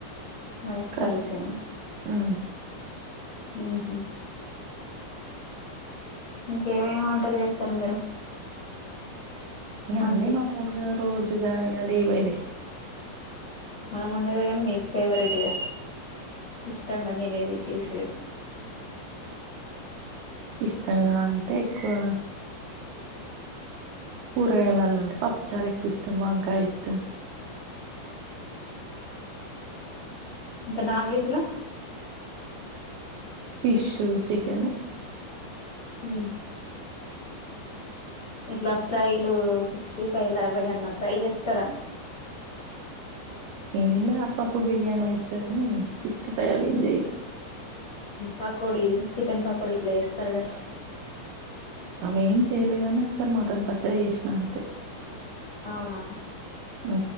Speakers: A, on the left (about 50°); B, on the right (about 80°).
A: రైస్
B: కర్రీస్
A: కర్రీసేనా
B: ఆ
A: ఉహ ఇంకేమేమి, వంటలు, చేస్తారు, మీరు,
B: ఇ
A: మంచి
B: అన్నీ మముూలుగా రోజుగా ఇక డే బై డే
A: మనం, ఉండేదే, కానీ, మీకు, ఫేవరెట్గా, ఇష్టంగా నేనేది చేసేది
B: ఇష్టంగా, అంటే, ఎక్కువ, కూరగాయలలంటే, పప్పుచారు, ఎక్కువ, ఇష్టం. వంకాయ, ఇష్టం.
A: ఇంకా, నాన్వెజ్ లో
B: ఫిష్, చికెన్,
A: హ ఇంట్లా, ఫ్రైలు, సిక్స్టీ, ఫైవ్, ఏవైనా ట్రై, చేస్తారా,
B: ఏం, లేదు, అప్పుప్పు బిర్యానీ
A: ప
B: చేేస్తా, కాని సిక్స్టీ ఫైవ్, అవి, ఏం, చెయ్య
A: పకోడీలు, చికెన్ పకోడ, ఇట్లా, వేస్తారుగా,
B: అవన్నీ, ఏం, చేయలేగాని, ఒకసారి, మటన్, పచ్చడి, చేసిన, అంతే,
A: అవునా,
B: ఆ